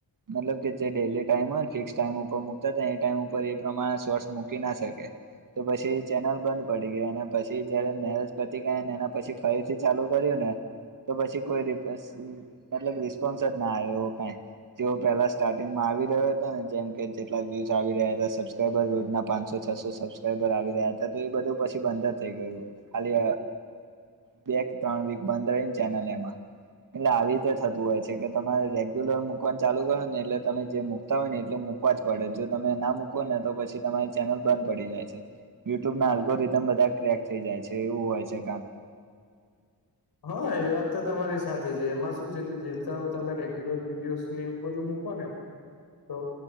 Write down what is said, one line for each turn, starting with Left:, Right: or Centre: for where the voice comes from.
Right: મતલબ કે જે ડેલી ટાઈમ હોય ને ફિક્સ ટાઈમ ઉપર મકતા હતા એ ટાઈમ ઉપર- પ્રમાણે સોર્સ મૂકી ના શકે. તો પછી ચેનલ બંધ પડી ગયા અને પછી જયારે મેરેજ પતી ગયા ને એના પછી. ફરીથી ચાલુ કર્યું ને તો પછી કોઈ ર- એલ રિસ્પોન્સ જ ના આવે એવો કઈ- તેઓ પહેલા સ્ટાર્ટિંગમાં આવી રહ્યો હતો ને જેમ કે જેટલા વ્યુસ આવી રહ્યા હતા સબ બર રોજના પાંચસો છસો સબસ્ક્રાઈબર આવી રહ્યા હતા તો એ બધું પછી બંધ જ થઈ ગયું. ખાલી બે કે ત્રણ વીક બંધ રહીને ચેનલ એમાં- એટલે આવી રીતે થતું હોય છે કે તમારે રેગ્યુલર મુ કવાનું ચાલુ કરો ને એટલે તમે જેક- હોય ને એટલે મૂકવા જ પડે જો તમે ના મૂકોો ને તો પછી તમારી ચેનલ બંધ પડી જાય છે. યુટ્યુબ ના આલ્ગો રિધમ બધા ક્રેક થઈ જાય છે એવું હોય છે કંક
Left: હા એ વાત તો તમારી સાચી છે એમાં શું છે કે જેતા તમે રેગ્યુલર વિડીિયોઝ ને એવું બધું મૂક કોણ? તો